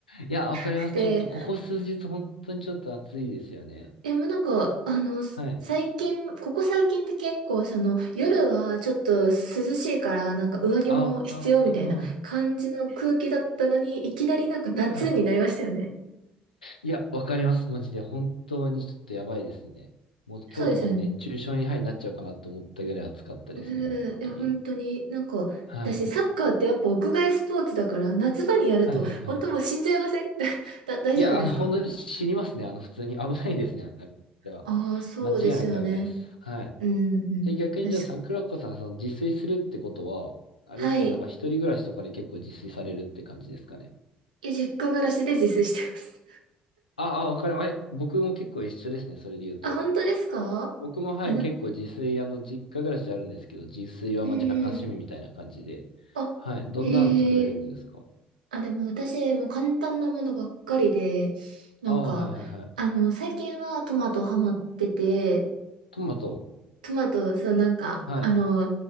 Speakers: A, on the left; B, on the right.
A: いや、わかります。
B: くて。
A: ちょっと、ここ数日、本当にちょっと暑いですよね。
B: え、もうなんか、あの、す最近、
A: はい。
B: ここ最近って結構、その、夜はちょっと涼しいから、なんか上着も必要みたいな感じの空気だったのに、
A: ああ、あー
B: いきなりなんか夏になりましたよね。
A: はい。いや、わかります。マジで。本当にちょっとやばいですね。もう今日とかも熱中症に、
B: そうですよね。
A: はい、なっちゃうかなって思ったぐらい暑かったですね。
B: うん、
A: 本当に。
B: え、本当に、なんか、
A: はい。
B: 私、サッカーってやっぱ屋外スポーツだから、夏場にやると、
A: はい、はい、はい。
B: 本当もう死んじゃいません <laughs> だ、大丈夫ですか
A: いや、あの、本当に死にますね。あの、普通に危ないですね。あれは。
B: ああ、そうですよね。
A: 間違いなく危ないです。はい。
B: うん、うん。
A: え、逆にじゃあ、
B: 確か、
A: 桜子さん、その、自炊するってことは、あれですかね、
B: はい。
A: なんか一人暮らしとかで結構自炊されるって感じですかね。
B: いや、実家暮らしで自炊してます。
A: ああ、わかる。あ、いや、僕も結構一緒ですね。それで言うと。
B: <laughs> あ、本当ですかえ、
A: 僕も、はい、
B: な、
A: 結構自炊、あの、実家暮らしあるんですけど、自炊はまあ若干趣味みたいな感じで。
B: うんうん。あ、
A: はい。どんなん作られるんですか
B: へえ。あ、でも私、もう簡単なものばっかりで、なんか、
A: ああ、はいはいはい。
B: あの、最近はトマトハマってて、
A: トマト。
B: トマト、そう、なんか、
A: はい。
B: あの、